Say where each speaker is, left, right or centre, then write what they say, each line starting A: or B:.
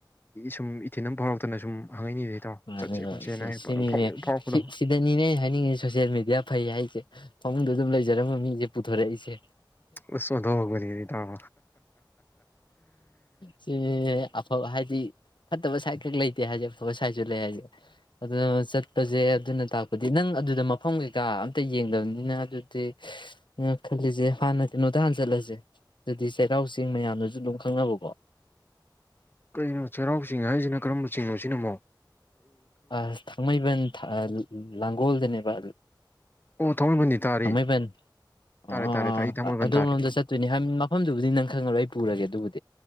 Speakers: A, on the left (about 25°); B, on the left (about 75°).
A: ꯁꯨꯝ ꯏꯊꯤꯤꯟ ꯑꯃ ꯐꯥꯎꯔꯛꯇꯅ ꯁꯨꯝ ꯍꯪꯉꯛꯏꯅꯤꯗ ꯏꯇꯥꯎ
B: ꯑꯗ
A: ꯆꯠꯁꯦ ꯈꯣꯠꯁꯦꯅ
B: ꯁꯤ
A: ꯍꯥꯏ ꯐꯥꯎꯔꯛꯄꯗꯣ
B: ꯁꯤꯅꯤꯅꯦ ꯁꯤ ꯁꯤꯗꯅꯤꯅꯦ ꯍꯥꯏꯅꯤꯡꯉꯤ ꯁꯣꯁꯤꯦꯜ ꯃꯦꯗꯤꯌꯥ ꯐꯩ ꯍꯥꯏꯁꯦ ꯐꯃꯨꯡꯗ ꯑꯗꯨꯝ ꯂꯩꯖꯔꯝꯕ ꯃꯤꯁꯦ ꯄꯨꯊꯣꯔꯛꯏꯁꯦ
A: ꯎꯟ ꯑꯣꯟꯊꯛꯄꯅꯤꯍꯦ ꯦꯇꯥꯎ
B: ꯁꯤꯅꯤꯅꯦ ꯑꯐꯕ ꯍꯥꯏꯗꯤ ꯐꯠꯇꯕ ꯁꯥꯏꯠ ꯈꯛ ꯂꯩꯇꯦ ꯍꯥꯏꯁꯦ ꯑꯐꯕ ꯁꯥꯏꯠꯁꯨ ꯂꯩ ꯍꯥꯏꯁꯦ ꯑꯗꯨꯅ ꯆꯠꯄꯁꯦ ꯑꯗꯨꯅ ꯇꯥꯛꯄꯗꯤ ꯅꯪ ꯑꯗꯨꯗ ꯃꯐꯝ ꯀꯩꯀꯥ ꯑꯝꯇ ꯌꯦꯡꯗꯕꯅꯤꯅ ꯑꯗꯨꯗꯤ ꯅ ꯈꯜꯂꯤꯁꯦ ꯍꯥꯟꯅ ꯀꯩꯅꯣꯗ ꯍꯥꯟꯅ ꯆꯠꯂꯁꯦ ꯑꯗꯨꯗꯤ ꯆꯩꯔꯥꯎ ꯆꯦꯡ ꯃꯌꯥꯝꯗꯨ ꯨ ꯑꯗꯨꯝ ꯈꯪꯅꯕꯀꯣ
A: ꯀꯩꯅꯣ ꯆꯩꯔꯥꯎ ꯆꯤꯡ ꯍꯥꯏꯁꯤꯅ ꯀꯔꯝꯕ ꯆꯤꯡꯅꯣ ꯁꯤꯅꯃꯣꯛ
B: ꯑ ꯊꯥꯡꯃꯩꯕꯟ <unintelligible> ꯂꯥꯡꯒꯣꯜꯗꯅꯦꯕ
A: ꯑꯣ ꯊꯥꯡꯃꯩꯕꯟꯗꯤ ꯇꯥꯔꯤ
B: ꯊꯥꯡꯃꯩꯕꯟ
A: ꯇꯥꯔꯦ
B: ꯑꯣ
A: ꯇꯥꯔꯦ
B: ꯑꯥ ꯑꯥ
A: ꯑꯩ ꯊꯥꯡꯃꯩꯕꯟ
B: ꯑꯗꯣꯝ
A: ꯇꯥꯔꯦ
B: ꯂꯣꯝꯗ ꯆꯠꯇꯣꯏꯅꯤ ꯃꯐꯝꯗꯨꯕꯨꯗꯤ ꯅꯪ ꯈꯪꯉꯔꯣꯏ ꯑꯩ ꯄꯨꯔꯒꯦ ꯑꯗꯨꯕꯨꯗꯤ